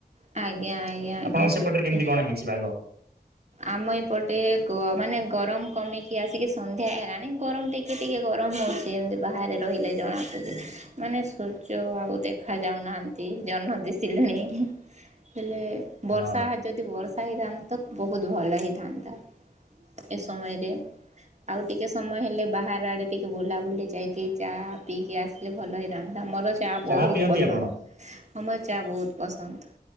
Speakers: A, on the right (about 45°); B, on the right (about 85°).
A: ଆଜ୍ଞା ଆଜ୍ଞା
B: ଆପଣଙ୍କ
A: ଆଜ୍ଞା
B: ସେପଟରେ କେମିତି କଣ ହେଇଛି ପାଗ।
A: ଆମ ଏପଟେ ଗ ମାନେ ଗରମ କମିକି ଆସିକି ସନ୍ଧ୍ୟା ହେଲାଣି ଗରମ ଟିକେ ଟିକେ ଗରମ ହଉଛି ଏମିତି ବାହାରେ ରହିଲେ ଜଣା ପଡ଼ୁଛି ମାନେ ସୂର୍ଯ୍ୟ ଆଉ ଦେଖା ଯାଉନାହାନ୍ତି ଜହ୍ନ ଦିଶିଲେଣି ହେଲେ ବର୍ଷା
B: ହଁ
A: ଯଦି ବର୍ଷା ହେଇଥାନ୍ତେ ତ ବହୁତ ଭଲ ହେଇଥାନ୍ତା ଏ ସମୟରେ ଆଉ ଟିକେ ସମୟ ହେଲେ ବାହାର ଆଡ଼େ ଟିକେ ବୁଲାବୁଲି ଯାଇକି ଚା-ଆ-ଆ ପିଇକି ଆସିଲେ ଭଲ ହେଇଥାନ୍ତା ମୋର ଚା
B: ଚାହା
A: ବହୁତ
B: ପିଅନ୍ତି
A: ପସନ୍ଦ।
B: ଆପଣ?
A: ମତେ ଚା ବହୁତ ପସନ୍ଦ।